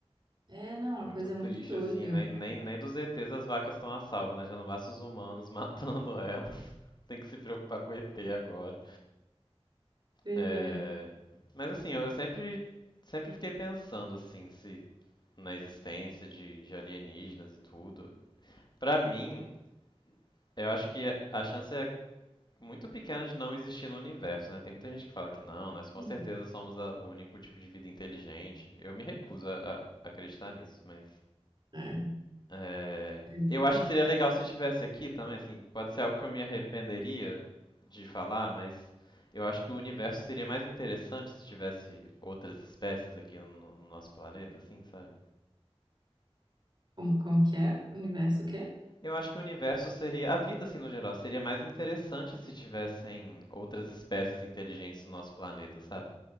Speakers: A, on the right; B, on the left.
A: É, não,
B: Muito
A: a coisa
B: triste,
A: é muito doida.
B: assim, nem Nem, nem dos ETs as vacas estão a salvo, né? Já não basta os humanos matando elas. <laughs> Tem que se preocupar com o ET agora.
A: Pois
B: É,
A: é.
B: Mas assim, eu eu sempre, sempre fiquei pensando, assim, se na existência de, de alienígenas e tudo. Pra mim, eu acho que a chance é muito pequena de não existir no universo, né? Tem muita gente que fala que não, nós
A: Sim.
B: com certeza somos a- o único tipo de vida inteligente. Eu me recuso a, a acreditar nisso, mas
A: É.
B: É,
A: Eu
B: eu
A: também.
B: acho que seria legal se estivesse aqui também, assim, pode ser algo que eu me arrependeria de falar, mas eu acho que o universo seria mais interessante se tivesse outras espécies aqui no, no nosso planeta, assim, sabe?
A: Como, como que é? Universo o quê?
B: E eu acho que o universo seria, a vida assim no geral, seria mais interessante se tivessem outras espécies inteligentes no nosso planeta, sabe?